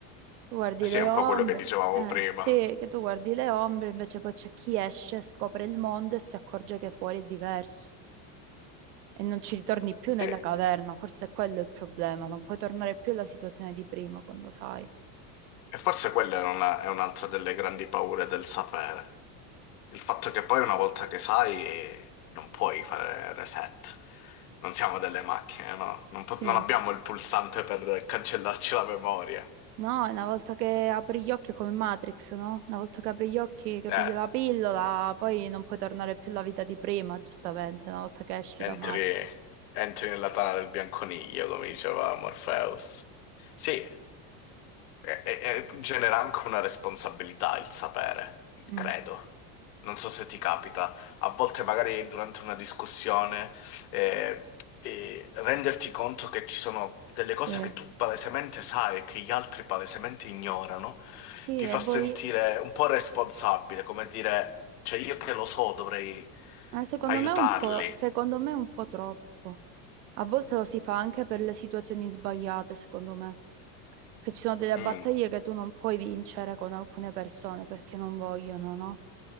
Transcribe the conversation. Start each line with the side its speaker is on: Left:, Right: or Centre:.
Right: Tu guardi
Left: sì,
Right: le
Left: è un
Right: ombre,
Left: po' quello che dicevamo
Right: eh,
Left: prima.
Right: sì, che tu guardi le ombre, invece poi c'è chi esce, scopre il mondo e si accorge che fuori è diverso e non ci ritorni più nella
Left: Sì, e
Right: caverna, forse è quello il problema, non puoi tornare più alla situazione di prima quando sai.
Left: forse quella è una- è un'altra delle grandi paure del sapere. Il fatto che poi una volta che sai eh, non puoi fare reset. Non siamo delle macchine, no? Non, po-
Right: Sì,
Left: non abbiamo il pulsante per cancellarci la memoria.
Right: no, una volta che apri gli occhi è come Matrix, no? Una volta che apri gli occhi, che
Left: Eh,
Right: pigli la pillola, poi non puoi tornare più alla vita di prima, giustamente, una volta che esci
Left: entri,
Right: da Matrix.
Left: entri nella tana del bianconiglio, come diceva Morpheus. Sì, E- e- e genera anche una responsabilità il sapere,
Right: Mm,
Left: credo. Non so se ti capita, a volte magari durante una discussione eh, eh, renderti conto che ci sono delle cose
Right: sì.
Left: che tu palesemente sai e che gli altri palesemente ignorano,
Right: Sì,
Left: ti fa
Right: e voi,
Left: sentire un po' responsabile, come dire, cioè io che lo so dovrei
Right: eh, secondo
Left: aiutarli.
Right: me è un po', secondo me è un po' troppo. A volte lo si fa anche per le situazioni sbagliate, secondo me. Che ci sono delle
Left: Mm,
Right: battaglie che tu non puoi vincere con alcune persone perché non vogliono, no?